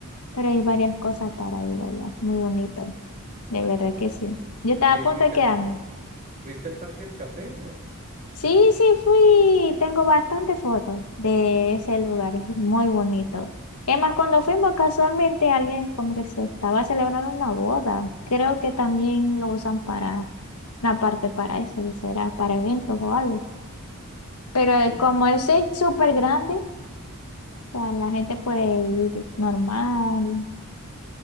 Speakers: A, on the left; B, on the right.
A: Pero hay varias cosas para ir allá, muy bonito, de verdad que sí. Yo estaba
B: ¿Y ahí
A: a punto
B: fuiste
A: de quedarme.
B: al, fuiste al Parque del Café? No.
A: Sí, sí fui, tengo bastantes fotos de ese lugar, es muy bonito. Es más, cuando fuimos casualmente alguien como que se estaba celebrando una boda, creo que también lo usan para una parte para eso, que será para eventos o algo. Pero eh,
B: Sí, sí,
A: como
B: no.
A: ese es súper grande, o sea, la gente puede ir normal.